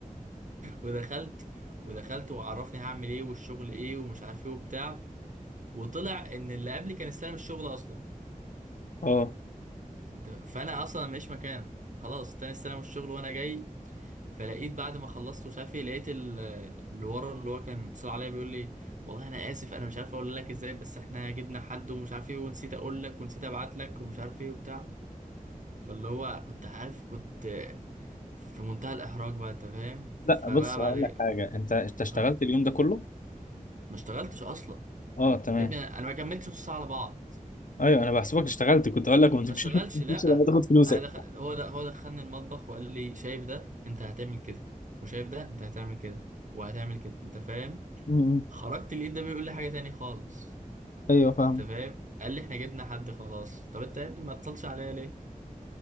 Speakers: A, on the right (about 60°); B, on the left (about 65°).
A: ودخلت ودخلت وعرفني هعمل ايه والشغل ايه ومش عارف ايه وبتاع وطلع ان اللي قبلي كان استلم الشغل اصلا
B: <laughs> اه
A: انت فانا اصلا ماليش مكان خلاص تاني استلم الشغل وانا جاي فلقيت بعد ما خلصت ومش عارف ايه لقيت ال- اللي ورا اللي هو كان اتصل عليا بيقول لي والله انا اسف انا مش عارف اقول لك ازاي بس احنا جبنا حد ومش عارف ايه ونسيت اقول لك ونسيت ابعت لك ومش عارف ايه وبتاع فاللي هو كنت عارف كنت في منتهى الاحراج بقى انت فاهم فبقى
B: لا بص
A: بعد
B: اقول لك حاجه انت انت اشتغلت
A: اه
B: اليوم ده كله
A: ما اشتغلتش اصلا
B: اه تمام
A: يا ابني انا أنا ما كملتش نص ساعه على بعض
B: ايوه انا بحسبك اشتغلت كنت اقول لك ما تمشيش
A: ما اشتغلش
B: ما
A: لا
B: تمشيش لما تاخد فلوسك
A: انا دخل... هو ده هو دخلني المطبخ وقال لي شايف ده انت هتعمل كده وشايف ده انت هتعمل كده وهتعمل كده انت فاهم
B: امم
A: خرجت لقيت ده بيقول لي حاجة تاني خالص
B: ايوه فاهم
A: انت فاهم قال لي احنا جبنا حد خلاص طب انت يا ابني ما اتصلش عليا ليه